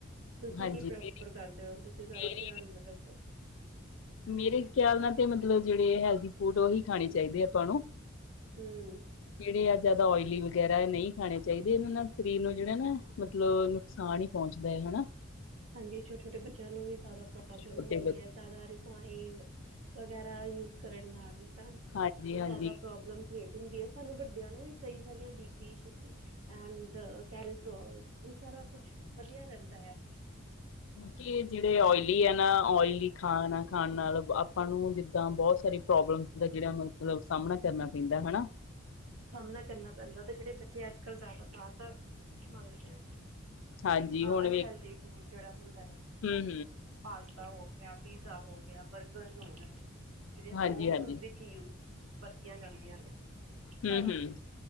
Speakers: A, on the right; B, on the left.
A: ਤੁਸੀਂ
B: ਹਾਂਜੀ
A: ਕੀ ਪਰੇਫ
B: ਮੇਰੀ
A: ਫਰ ਕਰਦੇ ਹੋ, ਤੁਸੀਂ ਜ਼ਿਆਦਾ
B: ਮੇਰੀ
A: ਧਿਆਨ ਮਤਲਬ
B: ਮੇਰੇ ਖਿਆਲ ਨਾਲ ਤੇ ਮਤਲਬ ਜੇਹੜੇ ਹੈਲਦੀ ਫੂਡ ਉਹੀ ਖਾਣੇ ਚਾਹੀਦੇ ਆਪਾਂ ਨੂੰ
A: ਹਮ
B: ਜਿਹੜੇ ਆ ਜਿਆਦਾ ਓਇਲੀ ਵਗੈਰਾ ਨਹੀਂ ਖਾਣੇ ਚਾਹੀਦੇ ਇਹਦੇ ਨਾਲ ਸਰੀਰ ਨੂੰ ਜਿਹੜਾ ਨਾ ਮਤਲਬ ਨੁਕਸਾਨ ਹੀ ਪਹੁੰਚਦੇ, ਹੇਨਾ
A: ਹਾਂਜੀ, ਛੋਟੇ ਛੋਟੇ ਬੱਚਿਆਂ ਨੂੰ ਵੀ ਜ਼ਿਆਦਾ ਪ੍ਰੋਬਲਮ
B: ਛੋਟੇ
A: ਹੋ ਰਹੀ
B: ਬੱਚੇ
A: ਹੈ। ਜਿਆਦਾ ਰਿਫਾਇਡ ਵਗੈਰਾ ਯੂਜ ਕਰਨ ਨਾਲ ਤਾਂ,
B: ਹਾਂਜੀ
A: ਉਹ
B: ਹਾਂਜੀ
A: ਜ਼ਿਆਦਾ ਪ੍ਰੋਬਲਮ ਕ੍ਰੀਏਟ ਹੁੰਦੀ ਹੈ, ਸਾਨੂੰ ਵੱਡਿਆਂ ਨੂੰ, ਵੀ ਕਈ ਸਾਰੀਆਂ ਬੀਪੀ, ਸ਼ਪੀ। ਐਂਡ ਕੈਰੇਸਟੋਲ, ਇਹ ਸਾਰਾ ਕੁਛ ਵਧੀਆ ਰਹਿੰਦਾ ਆ
B: ਕ ਜਿਹੜੇ ਓਇਲੀ ਆ ਨਾ ਓਇਲੀ ਖਾਣਾ ਖਾਣ ਨਾਲ ਆਪਾਂ ਨੂੰ ਜਿੱਦਾਂ ਬਹੁਤ ਸਾਰੀ ਪ੍ਰੋਬਲਮ ਦਾ ਜਿਹੜਾ ਮਤਲਬ ਸਾਹਮਣਾ ਕਰਨਾ ਪੈਂਦਾ ਹਨਾ।
A: ਸਾਹਮਣਾ ਕਰਨਾ ਪੈਂਦਾ ਤੇ ਜਿਹੜੇ ਬੱਚੇ ਅੱਜ ਕੱਲ੍ਹ ਜ਼ਿਆਦਾ ਬਾਹਰ ਦਾ ਮੰਗਦੇ ਆ।
B: ਹਾਂਜੀ ਹੁਣ
A: ਆਹ ਅਨਹਲਦੀ ਫੂਡ ਜਿਹੜਾ ਹੁੰਦਾ ਆ
B: ਹੂੰ
A: ਪਾਸਤਾ ਹੋ ਗਿਆ, ਪੀਜ਼ਾ ਹੋ ਗਿਆ, ਬਰਗਰਜ਼ ਹੋ, ਗਿਆਏ। ਜਿਹੜੀਆਂ
B: ਹਾਂਜੀ
A: ਸੋਸ
B: ਹਾਂਜੀ
A: ਦੇ ਚ ਵਰਤੀਆਂ ਜਾਂਦੀਆਂ ਨੇ
B: ਹਮ
A: ਤਾਂ
B: ਹਮ